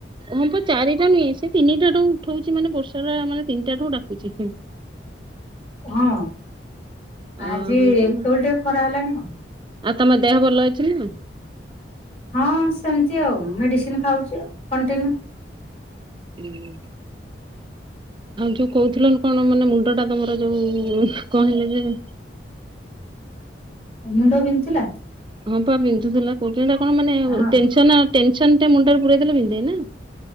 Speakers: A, on the right; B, on the left.
A: ହଁପା ଚାରିଟା ନୁହେଁ ସେ ତିନିଟା ଠୁ ଉଠଉଚି ମାନେ ବର୍ଷାଟା ମାନେ ତିନିଟାଠୁ ଡାକୁଚି।
B: ହଁ ଆଜି
A: ଓହୋ କଣ
B: ଏତୋଳୁ ଟିକେ ଖରା ହେଲାଣି ଆଉ।
A: ଆଉ ତମ ଦେହ ଭଲ ଅଛିନା?
B: ହଁ ସେମିତି ଆଉ ମେଡ଼ିସିନ୍ ଖାଉଚି ଆଉ କଣ୍ଟିନ୍ୟୁ।
A: ହୁଁ। ଆଉ ଯୋଉ କହୁଥିଲ କଣ ମାନେ ମୁଣ୍ଡଟା ତମର ଯୋଉ କହିଲେ ଯେ
B: ମୁଣ୍ଡ ବିନ୍ଧୁଥିଲା?
A: ହଁପା ବିନ୍ଧୁଥିଲା କହୁଥିଲ କଣ ମାନେ
B: ହଁ
A: ଟେନସନ୍ ଟେନସନଟେ ମୁଣ୍ଡରେ ପୁରେଇଦେଲେ ବିନ୍ଧେନା?